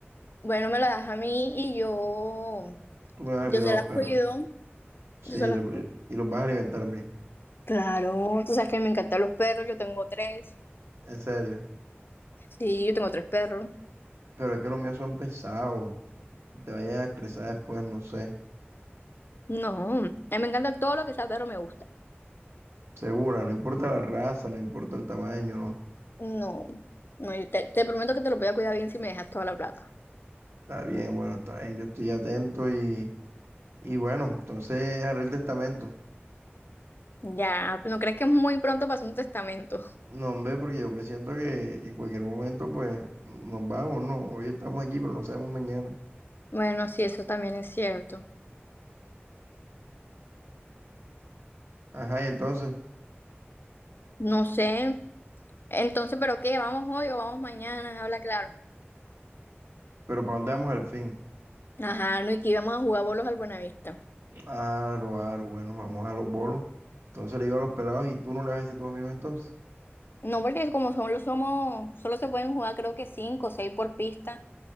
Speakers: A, on the left; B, on the right.
A: Bueno, me la das a mí y yo,
B: tú me vas
A: yo
B: a cuidar
A: se
B: a los
A: las
B: perros,
A: cuido.
B: sí,
A: Yo se las
B: le- y los vas a alimentar bien.
A: Claro, tú sabes que a mí me encantan los perros, yo tengo tres.
B: En serio.
A: Sí, yo tengo tres perros.
B: Pero es que los míos son pesados. Te vayas a estresar después, no sé.
A: No, a mí me encanta todo lo que sea perro, me gusta.
B: Segura, no importa la raza, no importa el tamaño, no.
A: No, no, yo te, te prometo que te lo voy a cuidar bien si me dejas toda la plata.
B: Está bien, bueno, está bien. Yo estoy atento y, y bueno, entonces haré el testamento.
A: Ya, ¿no crees que es muy pronto para hacer un testamento?
B: No, hombre, porque yo presiento que, que en cualquier momento, pues, nos vamos, ¿no? Hoy estamos aquí, pero no sabemos mañana.
A: Bueno, sí, eso también es cierto.
B: Ajá, y entonces,
A: No sé. Entonces, ¿pero qué? ¿Vamos hoy o vamos mañana? Habla claro.
B: pero ¿para dónde vamos al fin?
A: Ajá, no, y que íbamos a jugar bolos al Buenavista.
B: Eh, Aro, aro, bueno, vamos a los bolos. Entonces le digo a los pelados, ¿y tú no le vas a decir a tus amigos entonces?
A: No, porque como solo somos, solo se pueden jugar creo que cinco o seis por pista.